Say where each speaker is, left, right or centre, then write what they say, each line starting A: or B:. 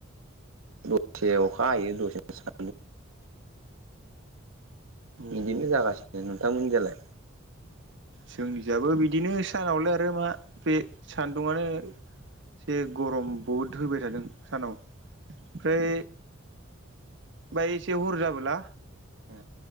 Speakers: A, on the right (about 80°); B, on the right (about 60°).
A: दसे अखा हायो दसे सान।
B: औ
A: बिदिनो जागासिनो नोंथांमोनजोंलाय?
B: जोंनिजाबो बिदिनो सानावलाय आरो मा बे सान्दुंआनो एसे गरम बहुद होबाय थादों। सानाव ओमफ्राय बाय एसे हर जाबोला
A: औ।